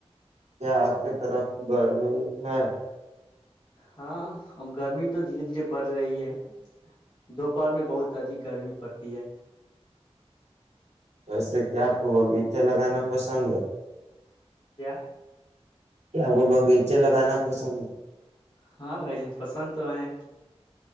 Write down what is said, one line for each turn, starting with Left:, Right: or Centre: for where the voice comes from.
Right: کیا آپ کی طرف گرمی ہے
Left: ہاں اب گرمی تو دھیرے دھیرے بڑھ رہی ہے دوپہر میں بہت ادھک گرمی پڑتی ہے
Right: ویسے کیا آپ کو باغیچہ لگانا پسند ہے
Left: کیا
Right: کیا کو باغیچے لگانا پسند ہے
Left: ہاں بھائی جان پسند تو ہے